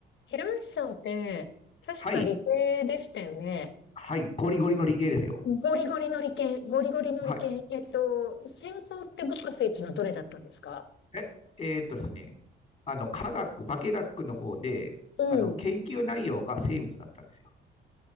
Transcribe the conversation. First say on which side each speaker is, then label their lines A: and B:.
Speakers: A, on the left; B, on the left.
A: 平松さんって、確か理系でしたよね。
B: はい、はい、ゴリゴリの理系ですよ。
A: ゴリゴリの理系、ゴリゴリの理系。
B: はい。
A: えっと、専攻って物価聖地のどれだったんですか
B: え、えーっとですね、あの、科学、化学の方で、
A: うん。
B: あの、研究内容が生物だったんですよ。